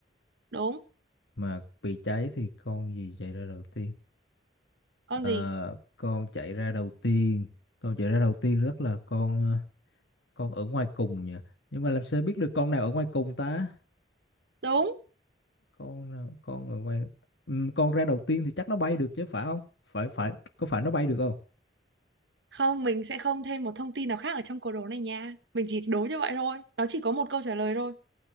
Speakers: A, on the right (about 75°); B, on the left (about 80°).
A: Đúng,
B: mà bị cháy thì con gì chạy ra đầu tiên
A: con
B: Ờ,
A: gì?
B: con chạy ra đầu tiên con chạy ra đầu tiên rất là con à, con ở ngoài cùng nhỉ nhưng mà làm sao biết được con nào ở ngoài cùng ta
A: Đúng.
B: con nào- con ở ngoài ừ, con ra đầu tiên thì chắc nó bay được chứ phải không phải phải có phải nó bay được không
A: Không, mình sẽ không thêm một thông tin nào khác ở trong câu đố này nha. Mình chỉ đố như vậy thôi. Nó chỉ có một câu trả lời thôi.